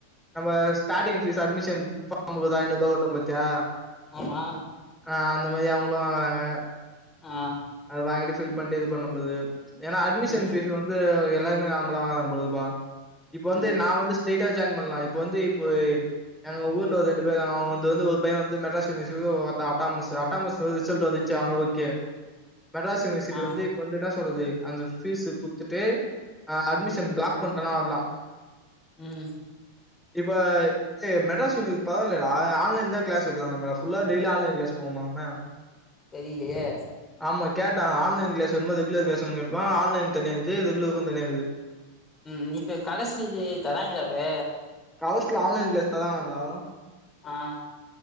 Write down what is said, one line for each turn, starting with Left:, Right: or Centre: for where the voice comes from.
Centre: நம்ம ஸ்டார்ட்டிங் பீஸ் அட்மிஷன் ஃபாம்க்கு ஐநூரூபா குடுத்தோ பாத்தியா
Left: ஆமா
Centre: ஆ அந்த மேரி அவுங்களு வாங்குறாங்க
Left: ஆ
Centre: அத வாங்கிட்டு பில் பண்ணிட்டு இது பண்ணம் போது ஏன்னா அட்மிஷன்
Left: ம்
Centre: பீஸ் வந்து எல்லாருமே நார்மலா வாங்கறாங்க போதுப்பா இப்ப வந்து
Left: ம்
Centre: நா வந்து ஸ்டேட் ஆ ஜாய்ன் பண்ணலா இப்ப வந்து இப்போ எங்க ஊர்ல ஒரு ரெண்டு பேர் அவுங்க வந்து ஒரு பையே வந்து மெட்ராஸ் யூனிவர்சிட்டில்ல ஒருத்தே அட்டாணாமஸ் அட்டாணாமஸ் ரிசல்ட் வந்து ச்சு அவனுக்கு ஓகே மெட்ராஸ் யூனிவர்சிட்டி
Left: ஆ
Centre: வந்து இப்ப வந்து என்ன சொல்லுது அந்த பீஸ் குத்துட்டு் அட்மிஷன் பிளாக் பண்ணுட்டனா வரலா
Left: ம்
Centre: இப்ப மச்சி மெட்ராஸ் யூனி பரவாலயேடா ஆன்லைன் தா கிளாஸ் வக்குறால்ல டெய்லி ஆன்லைன் கிளாஸ் போமாமே
Left: தெரியிலையே
Centre: ஆமா கேட்டா ஆன் கிளாஸ் வேணுமா ரெகுலர் கிளாஸ் வேணுமா கேட்டப்ப ஆன்லைன் தனியாகுது ரெகுலருக்கு தனியாகுது
Left: ம் இப்ப கடசனக்கு தராங்களா இப்ப
Centre: கரஸ்ல ஆன்லைன் தராங்கலாண்டா
Left: ஆ